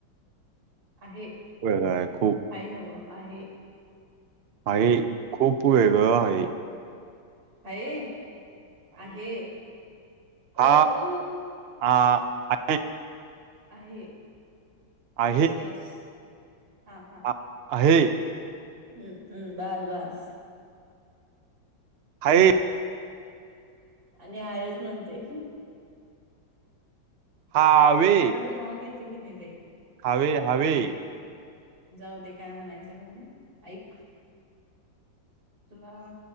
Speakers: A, on the right; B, on the right.
A: आहे,
B: वेगळं आहे खूप
A: हाय नव आहे.
B: आहे, खूप वेगळं आहे.
A: हाये, आहे, अ
B: हा
A: अ.
B: आ आ
A: आहे,
B: आहे
A: यस यस, हा हा.
B: आ- आहे आहे
A: हम्म हम्म बस बस
B: हा
A: आणि आयच म्हणते
B: हावे
A: चला म्र लागे त गीनलंई
B: हावी हावी
A: जाऊ दे काय म्हणायचं म्हणून ऐक तुला